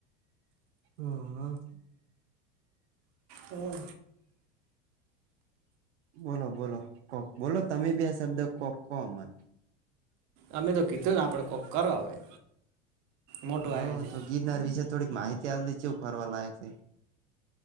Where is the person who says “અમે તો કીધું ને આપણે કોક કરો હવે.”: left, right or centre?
Right